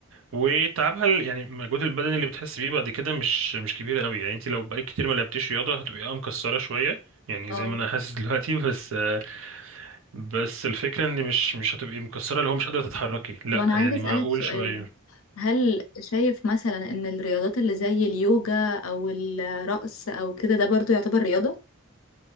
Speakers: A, on the right; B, on the left.
A: وتعبها ال- يعني المجهود البدني اللي بتحس بيه بعد كده مش مش كبير قوي يعني انت لو بقالك كتير ما لعبتيش رياضه هتبقي اه مكسره شويه يعني
B: اه
A: زي ما انا حاسس <laughs> دلوقتي بس آه، بس الفكره ان مش مش هتبقي مكسره اللي هو مش قادره تتحركي لا
B: طب انا
A: يعني
B: عايزه اسالك
A: معقول
B: سؤال
A: شويه
B: هل شايف مثلا ان الرياضات اللي زي اليوجا او الرقص او كده ده برضه يعتبر رياضه